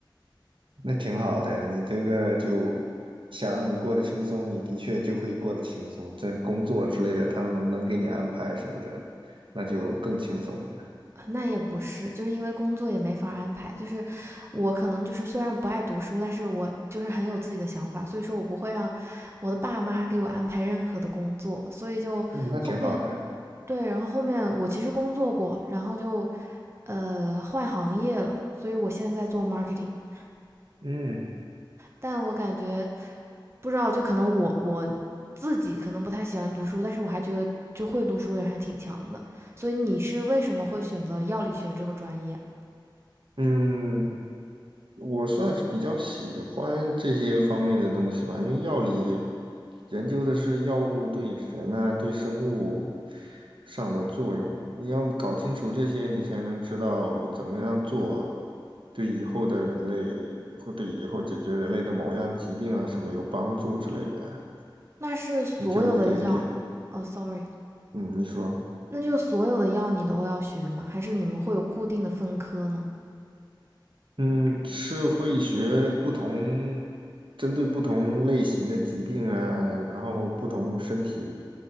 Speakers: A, on the right (about 80°); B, on the right (about 30°).
A: 那挺好的呀，你这个就想让你过得轻松，你的确就会过得轻松。这工作之类的，他们能给你安排什么的，那就更轻松了。
B: 啊那也不是，就是因为工作也没法安排。就是我可能就是虽然不爱读书，但是我就是很有自己的想法，所以说我不会让我的爸妈给我安排任何的工作。所以就后面
A: 嗯那挺好的。
B: 对，然后后面我其实工作过，然后就呃换行业了，所以我现在在做 marketing。<laughs>
A: 嗯
B: 但我感觉不知道，就可能我我自己可能不太喜欢读书，但是我还觉得就会读书的人还挺强的。所以你是为什么会选择药理学这个专业啊
A: 嗯，我算是比较喜欢这些方面的东西吧，因为药理研究的是药物对人啊、对生物上的作用啊，你要搞清楚这些，你才能知道怎么样做，对以后的人类或对以后解决人类的某样疾病啊什么有帮助之类的啊，
B: 那是所有的药哦，sorry，
A: 你就一点一点，嗯，你说。
B: 那就是所有的药你都要学吗？还是你们会有固定的分科呢？
A: 嗯，是会学不同，针对不同类型的疾病啊，然后不同身体，